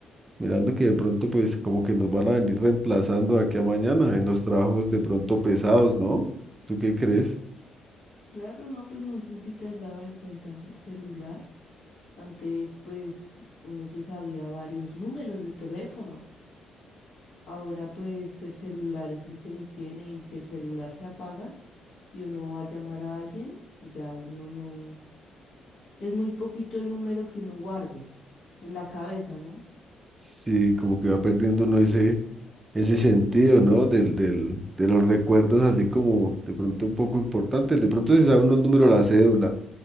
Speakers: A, on the right; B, on the left.
A: Mirando que de pronto pues como que nos van a venir reemplazando de aquí a mañana en los trabajos de pronto pesados, ¿no? ¿Tú qué crees?
B: Claro, no, pues no sé si te has dado de cuenta el celular. Antes, pues, uno se sabía varios números de teléfono. Ahora, pues, el celular es el que los tiene y si el celular se apaga y uno va a llamar a alguien, ya uno no... Es muy poquito el número que uno guarde en la cabeza, ¿no?
A: Sí, como que va perdiendo uno ese, ese sentido, ¿no? Del, del, de los recuerdos así como de pronto un poco importantes. De pronto se sabe uno el número de la cédula,